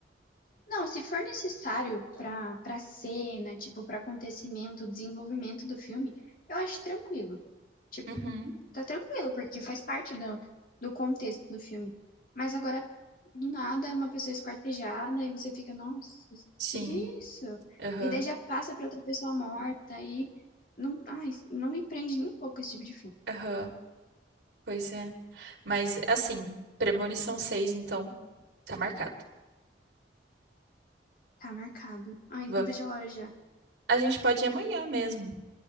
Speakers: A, on the left; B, on the right.
A: Não, se for necessário para para cena, tipo, para acontecimento, desenvolvimento do filme, eu acho tranquilo. Tipo,
B: Uhum,
A: tá tranquilo, porque faz parte do, do contexto do filme. Mas agora, do nada, uma pessoa esquartejada e você fica, nossa,
B: sim.
A: que que é isso?
B: Aham,
A: E daí já passa pra outra pessoa morta e não, ai, não me prende nem um pouco esse tipo de filme.
B: aham, pois é. Mas, assim, Premonição seis, então, tá marcado.
A: Tá marcado. Ai,
B: Va-
A: não vejo a hora já.
B: A gente pode ir amanhã mesmo,